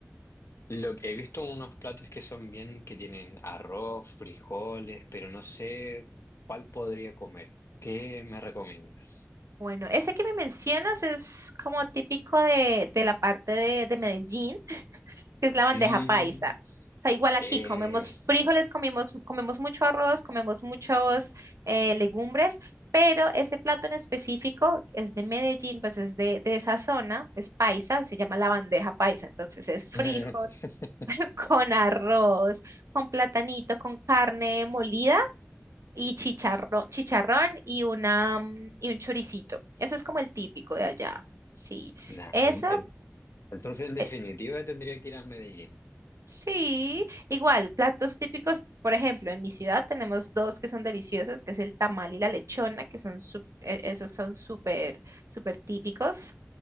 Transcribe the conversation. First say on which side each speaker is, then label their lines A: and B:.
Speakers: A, on the left; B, on the right.
A: Lo que he visto unos platos que son bien, que tienen arroz, frijoles, pero no sé cuál podría comer. ¿Qué me recomiendas?
B: bueno, ese que me mencionas es como típico de, de la parte de, de Medellín, que es la bandeja
A: Mm,
B: paisa. O sea, igual aquí
A: eh.
B: comemos frijoles, comimos, comemos mucho arroz, comemos muchos eh, legumbres, pero ese plato en específico es de Medellín, pues es de, de esa zona, es paisa, se llama la bandeja paisa. Entonces es frijol
A: <laughs>
B: <laughs> con arroz, con platanito, con carne molida y chicharrón, chicharrón y una mm, y un choricito. Ese es como el típico de allá. Sí.
A: Nah,
B: Eso,
A: en- en- entonces en definitiva
B: eh,
A: tendría que ir a Medellín.
B: sí. Igual, platos típicos, por ejemplo, en mi ciudad tenemos dos que son deliciosos, que es el tamal y la lechona, que son sup- eh, esos son súper súper típicos.